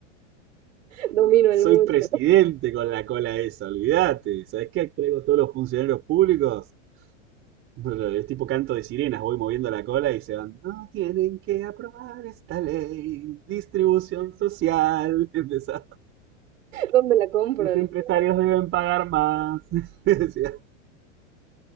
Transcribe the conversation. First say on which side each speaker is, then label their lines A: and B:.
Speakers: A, on the right; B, on the right.
A: <laughs> Domino el
B: Soy
A: mundo.
B: presidente
A: <laughs>
B: con la cola esa, olvídate. ¿Sabes qué? Traigo todos los funcionarios públicos. No, no, Es tipo canto de sirenas, voy moviendo la cola y se van. No tienen que aprobar esta ley. Distribución social. <laughs> Empezaba,
A: ¿Dónde la compro?
B: Los
A: Dije.
B: empresarios deben pagar más. <laughs> Sí,